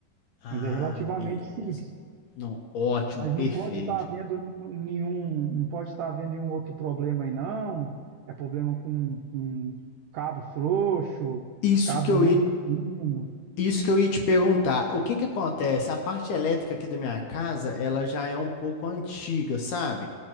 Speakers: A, on the left (about 70°); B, on the right (about 80°).
A: Ah,
B: Mas é relativamente
A: beleza.
B: simples.
A: Não, ótimo,
B: Mas
A: perfeito.
B: não pode estar havendo nenhum, não pode estar havendo nenhum outro problema aí, não. É problema com, com cabo frouxo,
A: Isso
B: cabo
A: que eu
B: muito
A: ia
B: fino.
A: Isso que eu ia te perguntar, o que que acontece? A parte elétrica aqui da minha casa, ela já é um pouco antiga, sabe?